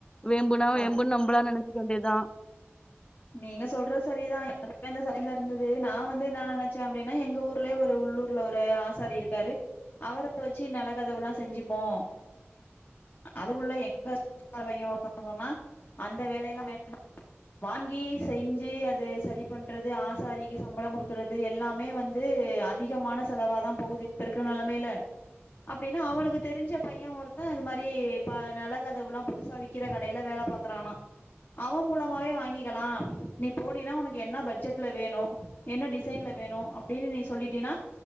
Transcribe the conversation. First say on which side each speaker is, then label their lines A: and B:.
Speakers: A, on the left; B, on the left.
A: வேம்புனா வேம்புன்னு
B: அது
A: நம்மள நனைச்சக்க வேண்டியதுதா
B: நீங்க சொல்றது சரிதா எனக்கு அந்த சலுகா இருந்தது நா வந்து என்ன நினைச்சே அப்படின்னா எங்க ஊர்லேயே ஒரு உள்ளூர் பக்கத்துல ஒரு ஆசாரி இருக்காரு அவர வச்சு நல்ல கதவுல்லா செஞ்சுப்போ <inaudible> அதுக்குள்ள எங்க சொந்தக்கார பையன் ஒருத்த சொன்னா ஒருத்தங்க சொன்னா அந்த வேலையெல்லா வேண்டா வாங்கி செஞ்சி அது சரி பண்றது ஆசாரிக்கு சம்பளம் குடுக்குறது எல்லாமே வந்து அதிக முக்கியமான செலவா தா போகுது இப்ப இருக்கிற நெலமையில அப்படின்னா அவனுக்கு தெரிஞ்ச பையன் ஒருத்த அது மாரி ப நெல கதவுல்லா புதுசா விறக்கிற கடையில வேல பாக் <unintelligible> அவ மூலமாவே வாங்கி கிக்கலா நீ போனீனா உனக்கு என்ன பட்ஜெட்ல வேணு என்ன டிசைன்ல வேணு அப்படின்னு நீ சொல்லிட்டீனா